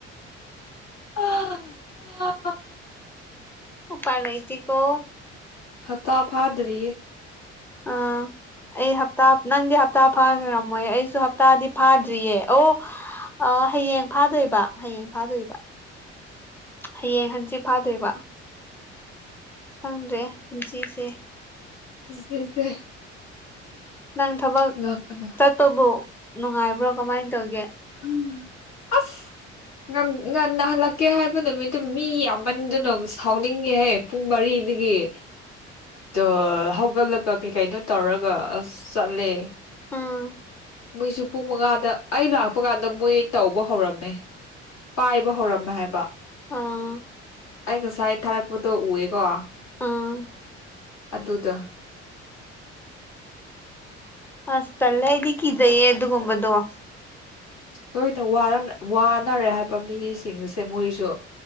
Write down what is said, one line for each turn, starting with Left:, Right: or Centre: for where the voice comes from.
Left: <unintelligible>
Centre: ꯎꯄꯥꯥꯏ ꯂꯩꯇ‌ꯦꯀꯣ
Left: ꯍꯞꯇꯥ ꯐꯥꯗꯔꯤꯌꯦ
Centre: ꯑꯥ ꯑꯩ ꯍꯞꯇꯥ ꯅꯪꯗꯤ ꯍꯞꯇꯥ ꯐꯥꯈꯔꯝꯃꯣꯏ ꯑꯩꯁꯨ ꯍꯞꯇꯥꯗꯤ ꯐꯥꯗ꯭ꯔꯤꯌꯦ ꯑꯣ ꯑ ꯍꯌꯦꯡ ꯐꯥꯗꯣꯏꯕ ꯍꯌꯦꯡ ꯐꯥꯗꯣꯏꯕ ꯍꯌꯦꯡ ꯍꯟꯁꯤ ꯐꯥꯗꯣꯏꯕ ꯈꯪꯗ꯭ꯔꯦ ꯄꯨꯟꯁꯤꯁꯦ
Left: ꯗ
Centre: ꯅꯪ ꯊꯕꯛ
Left: ꯉꯛꯄꯅ
Centre: ꯆꯠꯄꯕꯨ ꯅꯨꯡꯉꯥꯏꯕ꯭ꯔꯣ ꯀꯃꯥꯏꯅ ꯇꯧꯒꯦ
Left: ꯎꯝ ꯑꯁ ꯉ ꯉ ꯍꯜꯂꯛꯀꯦ ꯍꯥꯏꯕ ꯅꯨꯃꯤꯠꯇꯨ ꯃꯤ ꯌꯥꯝꯃꯟꯗꯨꯅꯣ ꯁꯥꯎꯅꯤꯡꯒꯦꯍꯦ ꯄꯨꯡ ꯃꯔꯤꯗꯒꯤ ꯑꯣ ꯍꯧꯒꯠꯂꯒ ꯀꯩ ꯀꯥꯏꯩꯅꯣ ꯇꯧꯔꯒ ꯑꯁ ꯆꯠꯂꯦ
Centre: ꯎꯝ
Left: ꯃꯣꯏꯁꯨ ꯄꯨꯡ ꯃꯉꯥꯗ ꯑꯩ ꯂꯥꯛꯄ ꯀꯥꯟꯗ ꯃꯣꯏ ꯇꯧꯕ ꯍꯧꯔꯝꯃꯦ ꯄꯥꯏꯕ ꯍꯧꯔꯝꯃꯦ ꯍꯥꯏꯕ
Centre: ꯑꯥ
Left: ꯑꯩ ꯉꯁꯥꯏ ꯊꯥꯔꯛꯄꯗꯣ ꯎꯑꯦꯀꯣ
Centre: ꯑꯥ
Left: ꯑꯗꯨꯗ
Centre: ꯑꯁ ꯇꯂ ꯏ ꯀꯗꯑꯦ ꯑꯗꯨ ꯑꯗꯨꯒꯒꯨꯝꯕꯗꯨꯣ
Left: ꯑꯩꯈꯣꯏꯅ ꯋꯥꯅꯔꯦ ꯍꯥꯏꯕ ꯃꯤꯁꯤꯡꯁꯦ ꯃꯣꯏꯁꯨ